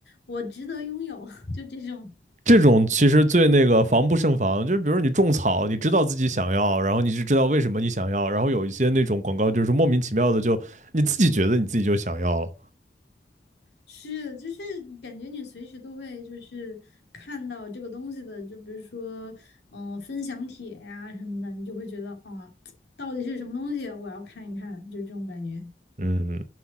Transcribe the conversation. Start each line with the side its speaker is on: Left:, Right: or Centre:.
Left: 我值得拥有，<laughs> 就这种。
Right: 这种其实最那个防不胜防，就是比如你种草，你知道自己想要，然后你就知道为什么你想要，然后有一些那种广告就是莫名其妙的就你自己觉得你自己就想要了。
Left: 是，就是感觉你随时都会就是看到这个东西的，就比如说，嗯、分享帖呀、什么的，你就会觉得啊、到底是什么东西，我要看一看，就这种感觉。
Right: 嗯，